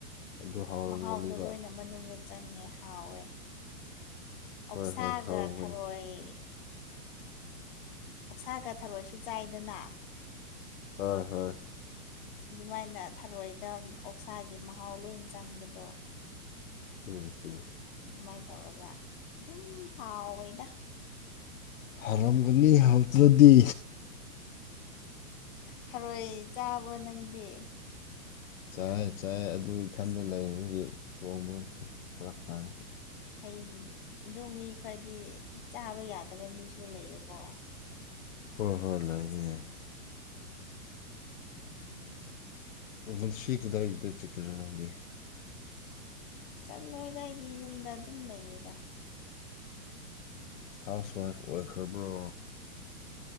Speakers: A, on the left; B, on the left.
A: ꯑꯗꯨ ꯍꯥꯎꯔꯝꯒꯅꯤꯕ
B: ꯃꯍꯥꯎꯗꯣ ꯂꯣꯏꯅ ꯃꯅꯨꯡꯗ ꯆꯪꯉꯦ ꯍꯥꯎꯋꯦ ꯑꯣꯛꯁꯥꯒ
A: ꯍꯣꯏ ꯍꯣꯏ ꯍꯥꯎꯔꯝꯒꯅꯤ
B: ꯊꯔꯣꯏ ꯑꯣꯛꯁꯥꯒ ꯊꯔꯣꯏꯁꯨ ꯆꯥꯏꯗꯅ
A: ꯍꯣꯏ ꯍꯣꯏ
B: ꯑꯗꯨꯃꯥꯏꯅ ꯊꯔꯣꯏꯗ ꯑꯣꯛꯁꯥꯒꯤ ꯃꯍꯥꯎ ꯂꯣꯏ ꯆꯪꯕꯗꯣ
A: ꯎꯝ ꯎꯝ
B: ꯑꯗꯨꯃꯥꯏꯅ ꯇꯧꯔꯒ ꯑꯗꯨꯝ ꯍꯥꯎꯋꯦꯗ
A: ꯍꯥꯔꯝꯒꯅꯤ
B: ꯈꯪꯗꯦ
A: ꯍꯧꯥꯎꯗ꯭ꯔꯗꯤ
B: ꯊꯔꯣꯏ ꯆꯥꯕꯣ ꯅꯪꯗꯤ
A: ꯆ ꯆꯥꯏ ꯑꯗꯨ ꯏꯊꯟꯗ ꯂꯩ ꯑꯗꯨꯒꯤ ꯇꯣꯡꯕꯁꯨ ꯐꯔꯛ ꯇꯥꯏꯕ
B: ꯍꯌꯦꯡ ꯑꯗꯨ ꯃꯤ ꯈꯔꯗꯤ ꯆꯥꯕ ꯌꯥꯗꯕ ꯃꯤꯁꯨ ꯂꯩꯌꯦꯀꯣ
A: ꯍꯣꯏ ꯍꯣꯏ
B: ꯑꯗꯨꯒꯤ
A: ꯂꯥꯛꯅꯤ ꯌꯥꯏ
B: ꯎꯝ
A: ꯃꯁꯤ ꯀꯗꯥꯏꯗ ꯆꯀꯤꯔ ꯅꯪꯗꯤ
B: ꯆꯠꯂꯣꯏꯗꯏꯗꯤ ꯌꯨꯝꯗ ꯑꯗꯨꯝ ꯂꯩꯌꯦꯗ
A: ꯍꯥꯎꯁ ꯋꯥꯏꯐ ꯑꯣꯏꯈ꯭ꯔꯕ꯭ꯔꯣ